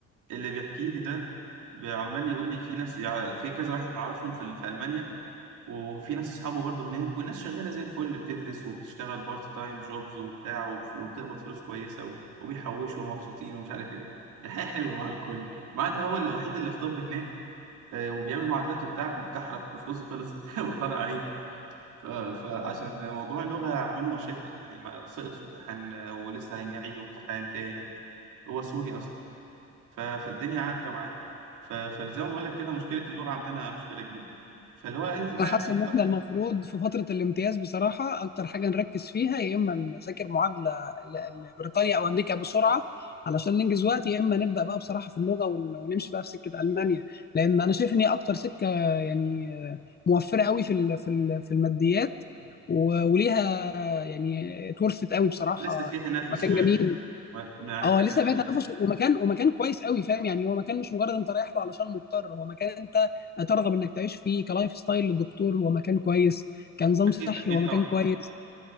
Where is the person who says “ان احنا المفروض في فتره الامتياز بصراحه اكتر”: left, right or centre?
Left